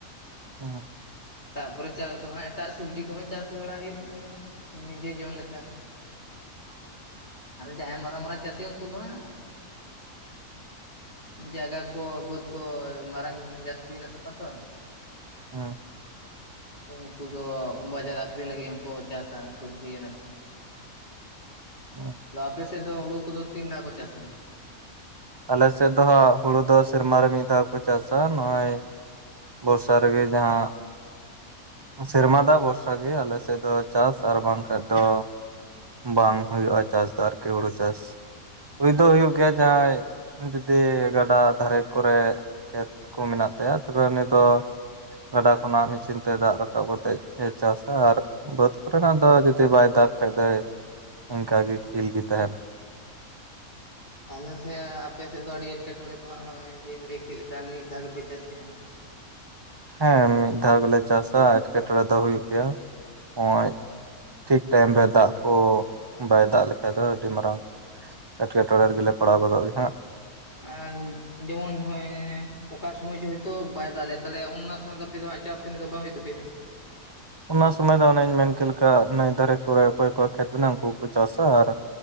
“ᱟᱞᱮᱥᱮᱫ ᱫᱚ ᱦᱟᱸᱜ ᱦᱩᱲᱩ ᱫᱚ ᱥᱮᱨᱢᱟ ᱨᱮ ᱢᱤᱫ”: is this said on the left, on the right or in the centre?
Right